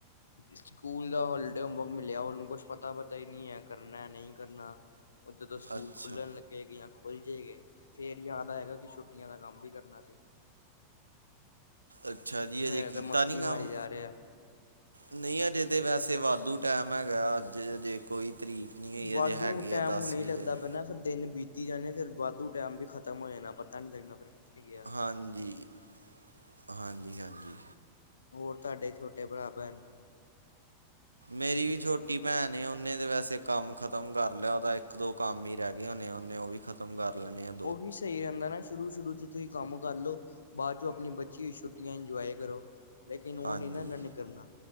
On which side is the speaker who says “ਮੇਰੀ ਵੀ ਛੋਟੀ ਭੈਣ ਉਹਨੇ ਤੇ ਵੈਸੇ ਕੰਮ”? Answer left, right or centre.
Right